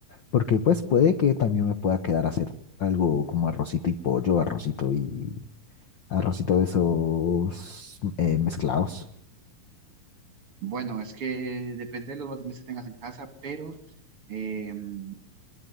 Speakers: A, on the left (about 75°); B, on the right (about 40°).
A: Porque pues puede que también me pueda quedar a hacer algo como arrocito y pollo, arrocito y arrocito de esos eh, mezclados.
B: Bueno, es que depende de los materiales que tengas en casa, pero... em,